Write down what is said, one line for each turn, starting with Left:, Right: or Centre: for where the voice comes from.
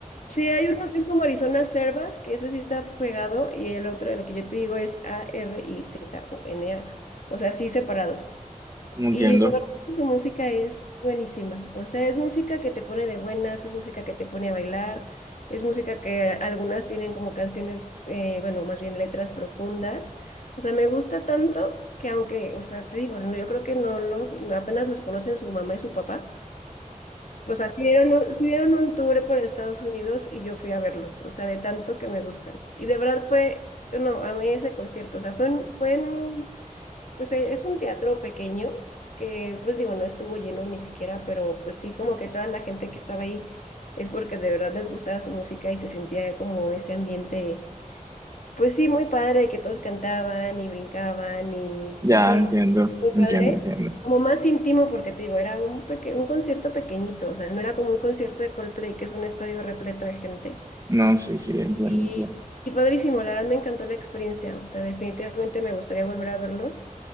Left: Sí, hay uno que es como Arizona Servas, que ese sí está pegado, y el otro, el que yo te digo, es A-R-I-Z-O-N-A, o N A, o sea, sí separados.
Right: No entiendo.
Left: Y de verdad que su música es buenísima, o sea, es música que te pone de buenas, es música que te pone a bailar, es música que algunas tienen como canciones, eh, bueno, más bien letras profundas, o sea, me gusta tanto que aunque, o sea, te digo, no, yo creo que no lo, apenas los conocen su mamá y su papá. O sea, sí dieron, un- sí dieron un tour por Estados Unidos y yo fui a verlos, o sea, de tanto que me gustan. Y de verdad fue, no, amé ese concierto, o sea, fue en, fue en un, pues eh, es un teatro pequeño que, pues digo, no estuvo lleno ni siquiera, pero pues sí, como que toda la gente que estaba ahí es porque de verdad les gustaba su música y se sentía como ese ambiente pues sí, muy padre que todos cantaban y brincaban y
Right: Ya,
Left: pues sí,
Right: entiendo,
Left: muy
Right: entiendo,
Left: padre.
Right: entiendo.
Left: Como más íntimo porque te digo, era un peque- un concierto pequeñito, o sea, no era como un concierto de Coldplay, que es un estadio repleto de gente.
Right: No, sí, sí, entiendo,
Left: Y,
Right: entiendo.
Left: y padrísimo, la verdad me encantó la experiencia, o sea, definitivamente me gustaría volver a verlos